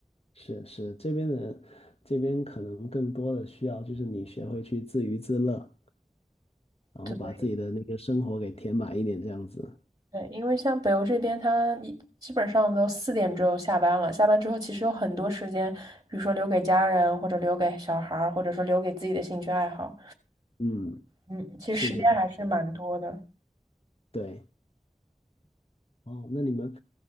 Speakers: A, on the left; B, on the right.
A: 是是，这边的这边可能更多的需要就是你学会去自娱自乐，然后把自己的那个生活给填满一点，
B: 对
A: 这样子。
B: 对，因为像北欧这边，他一基本上都四点之后下班了，下班之后其实有很多时间，比如说留给家人，或者留给小孩儿，或者说留给自己的兴趣爱好。
A: 嗯，
B: 嗯，其实时间还是蛮多的。
A: 是这样子。对，哦，那你们，